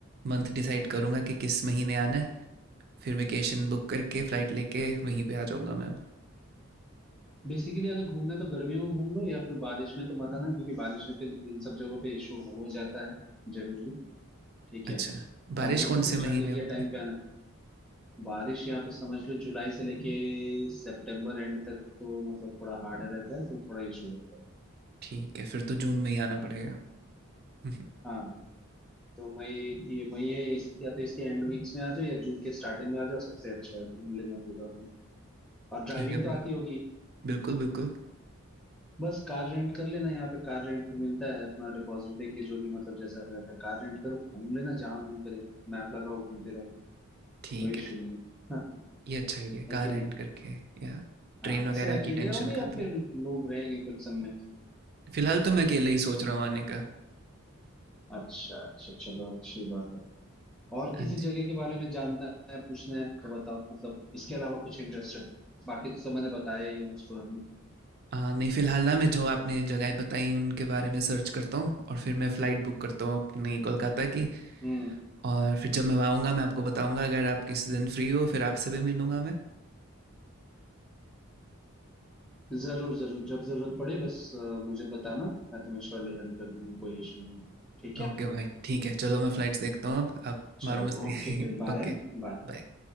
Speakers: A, on the right; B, in the centre.
A: मंथ डिसाइड करूंगा कि किस महीने आना है फिर वेकेशन बुक करके फ़्लाइट लेके वहीं पे आ जाऊंगा मैं
B: बेसिकली अगर घूमना है तो गर्मियों में घूम लो या फिर बारिश में तो मत आना क्योंकि बारिश में फिर इन सब जगहों पे इशू हो जाता है जनरली ठीक
A: अच्छा
B: है
A: बारिश
B: और नहीं
A: कौन
B: तो फिर
A: से
B: ठंड
A: महीने
B: के
A: होती
B: टाइम
A: है
B: पे आना बारिश यहाँ पे समझ लो जुलाई से लेके सितंबर एंड तक तो मतलब थोड़ा हार्ड रहता है तो थोड़ा इशू रहता है
A: ठीक है फिर तो जून में ही आना पड़ेगा <laughs>
B: हाँ तो मई ये मई है इस, या तो इसके एंड वीक्स में आ जाओ या जून के स्टार्टिंग में आ जाओ सबसे अच्छा है घूम लेना पूरा अपने और ड्राइविंग
A: ठीक है
B: तो
A: भाई
B: आती होगी
A: बिल्कुल बिल्कुल
B: बस कार रेंट कर लेना यहाँ पे कार रेंट पे मिलता है अपना डिपॉजिट दे के जो भी मतलब जैसा रहता है कार रेंट करो घूम लेना जहां मन करे मैप लगाओ घूमते रहो
A: ठीक
B: कोई इशू
A: है
B: नहीं है <laughs>
A: ये अच्छा idea है
B: है
A: कार
B: कि
A: रेंट
B: नहीं
A: करके या ट्रेन
B: हाँ
A: वगैरह
B: ऐसे अकेले
A: की टेंशन
B: होगे या
A: खत्म
B: फिर लोग रहेंगे कुछ संग में
A: फिलहाल तो मैं अकेले ही सोच रहा हूँ आने का
B: अच्छा अच्छा चलो अच्छी बात है और किसी
A: हाँ जी
B: जगह के बारे में जानना है पूछना है तो बताओ मतलब इसके अलावा कुछ इंटरेस्टेड बाकी तो सब मैंने बताया ही है मोस्ट प्रोबेबली
A: आ, नहीं फिलहाल ना मैं जो आपने जगह बताई उनके बारे में सर्च करता हूँ और फिर मैं फ़्लाइट बुक करता हूँ अपनी कोलकाता की
B: हम्म
A: और फिर जब मैं वहाँ आऊँगा मैं आपको बताऊँगा अगर आप किसी दिन फ्री हो फिर आपसे भी मिलूँगा मैं
B: जरूर जरूर जब जरूरत पड़े बस अ, मुझे बताना मैं तुम्हें श्योरली हेल्प कर दूंगा कोई इशू नहीं ठीक है
A: ओके भाई ठीक है चलो मैं फ़्लाइट्स देखता हूँ अब आप
B: चलो
A: मारो मस्ती
B: ओके फिर
A: <laughs>
B: बाय
A: Okay
B: बाय
A: bye